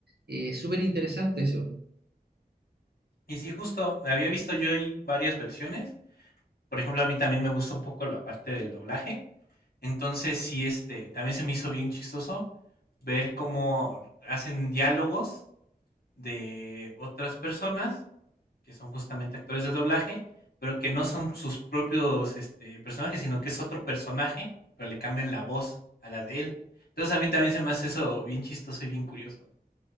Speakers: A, on the right; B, on the left.
A: Eh, súper interesante eso.
B: Y sí, justo había visto yo ahí varias versiones. Por ejemplo, a mí también me gusta un poco la parte del doblaje. Entonces, sí, este, también se me hizo bien chistoso ver cómo hacen diálogos de otras personas que son justamente actores de doblaje, pero que no son sus propios este, personajes, sino que es otro personaje, pero le cambian la voz a la de él. Entonces a mí también se me hace eso bien chistoso y bien curioso.